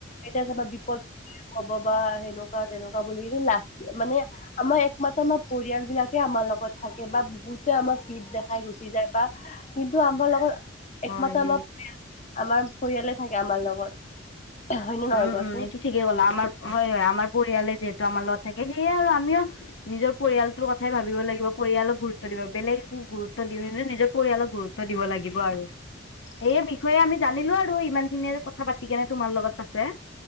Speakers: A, on the left; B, on the left.
A: এতিয়া চাবা বিপদ ক'ব বা সেনেকুৱা তেনেকুৱা বুলি কি লাষ্ট মানে আমাৰ একমাত্ৰ আমাৰ পৰিয়ালবিলাক আমাৰ লগত থাকে বা বহুতে আমাক পীঠ দেখাই গুচি যায় বা কিন্তু আমাৰ লগত একমাত্ৰ
B: হয়
A: <unintelligible> আমাৰ পৰিয়াল আমাৰ পৰিয়ালে থাকে আমাৰ লগত। হয়নে নহয়
B: উম,
A: কোৱাচোন?
B: উম এইটো ঠিকেই ক'লা। আমাৰ হয়, হয়, আমাৰ পৰিয়ালে যিহেতু আমাৰ লগত থাকে, সেয়ে আৰু আমিও নিজৰ পৰিয়ালটোৰ কথাই ভাবিব লাগিব পৰিয়ালক গুৰুত্ব দিব বেলেগ একো গুৰুত্ব দি নি নিজৰ পৰিয়ালক গুৰুত্ব দিব লাগিব আৰু।
A: <inaudible>
B: এই বিষয়ে আমি জানিলোঁ আৰু ইমানখিনিয়ে কথা পাতি কেনে তোমাৰ লগত আছে।